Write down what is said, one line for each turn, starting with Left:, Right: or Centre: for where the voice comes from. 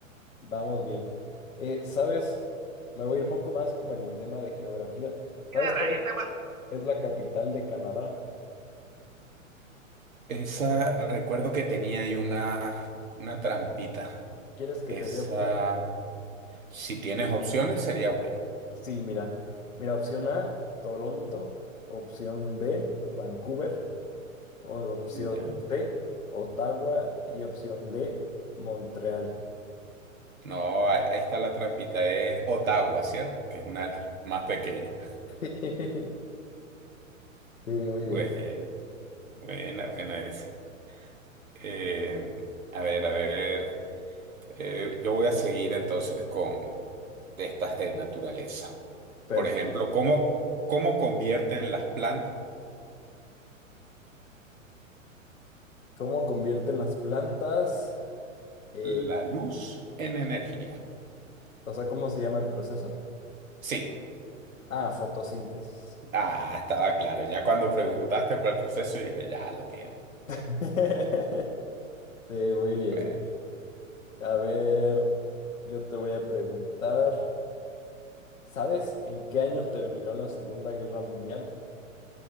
Left: Vamos bien. Eh, ¿sabes? Me voy a ir poco más como en el tema de geografía. ¿Sabes?
Right: Y la está guapo.
Left: Es la capital de Canadá.
Right: Esa, recuerdo que tenía ahí una, una trampita.
Left: ¿Quieres que
Right: Esa,
Left: te dé opciones?
Right: si tienes opciones, sería bueno.
Left: Sí, mira. Mira, opción A, Toronto. Opción B, Vancouver. o- opción
Right: Ya.
Left: C, Ottawa. Y opción D, Montreal.
Right: No, ahí ahí está la trampita, es Ottawa, ¿cierto? Que es una de las más pequeñas.
Left: <laughs> Sí, muy
Right: Buena,
Left: bien.
Right: buena, buena esa. Eh, a ver, a ver. eh, yo voy a seguir entonces con de estas de naturaleza.
Left: Perfecto.
Right: Por ejemplo, ¿cómo, cómo convierten las plantas
Left: ¿Cómo convierten las plantas? Eh,
Right: la luz en energía?
Left: o sea, ¿cómo se llama el proceso?
Right: Sí,
Left: Ah, fotosíntesis.
Right: ah, estaba claro. Ya cuando preguntaste por el proceso dije, ya lo tiene.
Left: <laughs> Sí, muy bien.
Right: Bueno.
Left: A ver, yo te voy a preguntar. ¿Sabes en qué año terminó la Segunda Guerra Mundial?